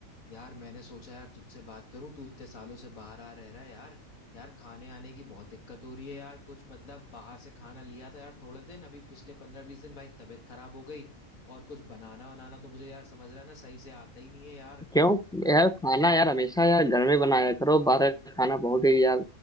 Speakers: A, on the left; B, in the centre.
A: यार मैंने सोचा यार तुझसे बात करूं तू इतने सालों से बाहर आ रह रहा है यार यार खाने आने की बहुत दिक्कत हो रही है यार कुछ मतलब बाहर से खाना लिया था यार थोड़े दिन अभी पिछले पंद्रह बीस दिन भाई तबीयत खराब हो गई और कुछ बनाना बनाना तो मुझे यार समझ रहा है ना सही से आता ही नहीं है यार
B: क्यों यार खाना यार हमेशा यार घर में बनाया करो बाहर का खाना बहुत ही यार